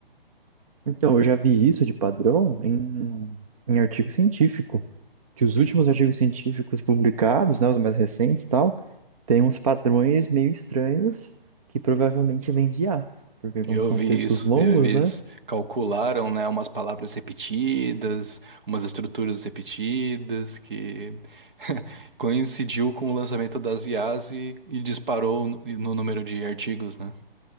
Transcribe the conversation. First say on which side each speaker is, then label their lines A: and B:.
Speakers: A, on the right; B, on the right.
A: Então, eu já vi isso de padrão em, em artigo científico, que os últimos artigos científicos publicados, né, os mais recentes e tal, têm uns padrões meio estranhos que provavelmente vêm de I a porque
B: Eu
A: como são
B: vi
A: textos
B: isso,
A: longos,
B: eles
A: né?
B: calcularam, né, umas palavras repetidas, umas estruturas repetidas, que <laughs> coincidiu com o lançamento das IAs e, e disparou no, no número de artigos, né?